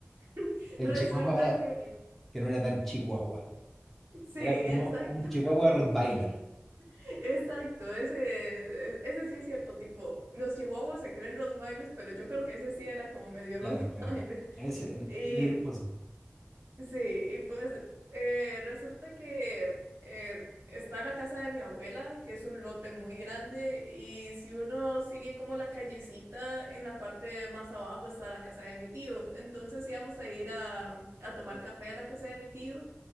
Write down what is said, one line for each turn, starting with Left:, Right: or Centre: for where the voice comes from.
Right: <laughs>
Centre: El
Right: Resulta
Centre: chihuahua
Right: que
Centre: que no era tan chihuahua,
Right: Sí,
Centre: era como
Right: exacto,
Centre: un chihuahua Rottweiler.
Right: <laughs> exacto, ese, e, ese sí es cierto, tipo, los chihuahuas se creen Rottweilers, pero yo creo que ese sí era como medio Rottweiler.
Centre: Claro, claro. En ese,
Right: <laughs>
Centre: en,
Right: Y
Centre: en ese tiempo sí.
Right: Sí, y pues eh, resulta que eh, está la casa de mi abuela, que es un lote muy grande, y si uno sigue como la callecita, en la parte más abajo está la casa de mi tío. Entonces íbamos a ir a, a tomar café a la casa de mi tío